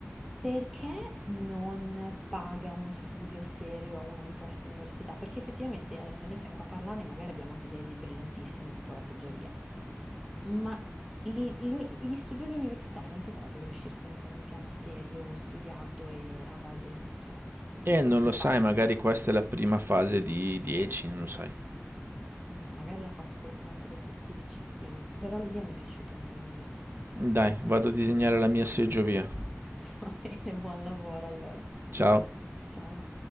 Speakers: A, in the centre; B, on the right.
A: perché non paga uno studio serio a una di queste università? Perché effettivamente adesso noi siamo qua a parlarne, magari abbiamo anche delle idee brillantissime, tipo la seggiovia, ma li- lo- gli studiosi universitari non potrebbero uscirsene con un piano serio, studiato e a base, insomma, con,
B: E non
A: con dei
B: lo
A: fatti
B: sai, magari
A: di base.
B: questa è la prima fase di 10, non lo sai.
A: Mm, Magari l'ha fatto solo per mettere a zittire i cittadini, però l'idea mi è piaciuta, mi sono divertita.
B: Dai, vado a disegnare la mia seggiovia.
A: <laughs> Va bene, buon lavoro allora.
B: Ciao.
A: Ciao.